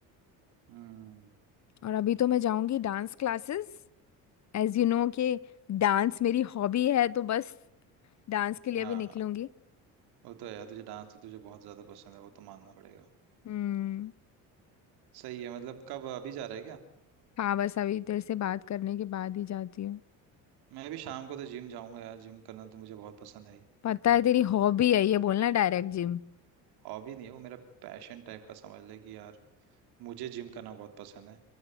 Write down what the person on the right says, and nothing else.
हम्म
हाँ
वो तो है यार तुझे डांस तो तुझे बहुत ज्यादा पसंद है वो तो मानना पड़ेगा
सही है मतलब कब अभी जा रहा है क्या
मैं भी शाम को तो जिम जाऊंगा यार जिम करना तो मुझे बहुत पसंद है ही,
हॉबी नहीं है वो मेरा पैशन टाइप का समझ ले कि यार मुझे जिम करना बहुत पसंद है